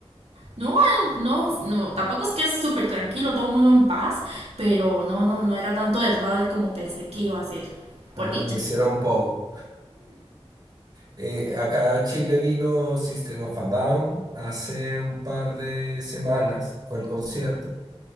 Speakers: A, on the right (about 70°); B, on the right (about 40°).
A: no, eh, no, no, tampoco es que es súper tranquilo, todo el mundo en paz, pero no, no, no era tanto desmadre como pensé que iba a ser, por
B: Ah,
A: dicha.
B: no hicieron poco. Eh, acá a Chile vino System of a Down hace un par de semanas, fue el concierto.